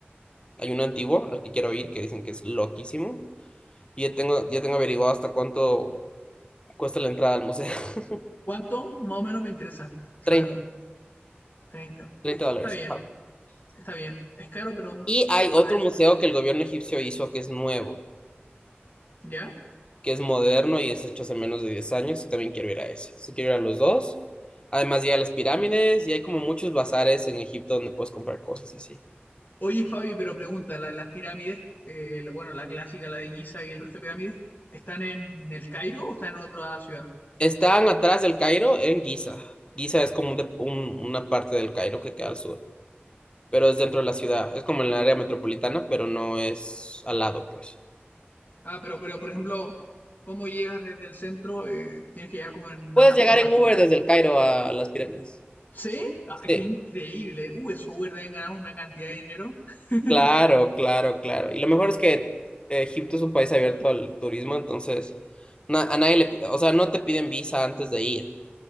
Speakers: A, on the left; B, on the left.
A: Hay uno antiguo al que quiero ir, que dicen que es loquísimo. Y ya tengo, ya tengo averiguado hasta cuánto cuesta la entrada al museo. <laughs>
B: ¿Cuánto? Más o menos me interesa saberlo.
A: 30
B: treinta
A: 30
B: Eh,
A: dólares.
B: Está bien,
A: ajá.
B: está bien. Es caro, pero
A: Y hay
B: para
A: otro
B: eso.
A: museo que el gobierno egipcio hizo que es nuevo,
B: ¿Ya?
A: que es moderno y es hecho hace menos de 10 años y también quiero ir a ese. Si quiero ir a los dos. Además, ya las pirámides y hay como muchos bazares en Egipto donde puedes comprar cosas y sí.
B: Oye, Fabi, pero pregunta, ¿la- las pirámides, eh, la- bueno, la clásica, la de Giza y el resto de pirámides, ¿están en el Cairo o están en otra ciudad?
A: Están atrás del Cairo en Giza. Giza es como un de- un- una parte del Cairo que queda al sur, pero es dentro de la ciudad. Es como en el área metropolitana, pero no es al lado, pues.
B: Ah, pero, pero por ejemplo, ¿cómo llegas desde el centro? Eh, ¿tienes que llegar como en
A: Puedes
B: auto
A: llegar
B: particular?
A: en Uber desde el Cairo a las pirámides.
B: ¿Sí? Ah,
A: Sí,
B: qué increíble. Uh, esos Uber deben ganar una cantidad de dinero. <laughs>
A: claro, claro, claro. Y lo mejor es que eh, Egipto es un país abierto al turismo, entonces na- a nadie le, pi- o sea, no te piden visa antes de ir,